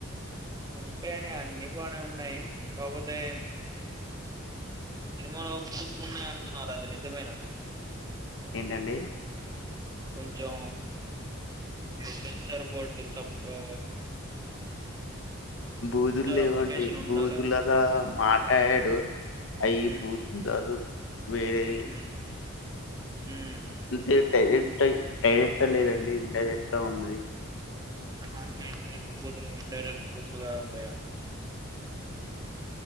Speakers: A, on the right (about 20°); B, on the left (about 65°).
A: ఉంటె అని అన్ని బానే ఉన్నాయి కాకపోతే సినిమాలో బూతులు ఉన్నాయి అంటున్నారు అది నిజమైన
B: ఏంటండి
A: కొంచెం సెన్సర్ బోర్డు తప్పు
B: బూతులు లేవండి
A: అప్లికేషన్ ఉండాల
B: బూతుళు లాగా మాట్లాడాడు అయి
A: ఉమ్
B: బూతులు కాదు వేరే
A: ఉమ్ ఉమ్
B: ఇంతే టైలర్ డైరెక్ట్ లేదండి ఇన్డైరెక్ట్ ఉంది
A: అంటే డైరెక్ట్ బూతులు ఇన్డైరెక్ట్ బూతులుగా ఉంటాయా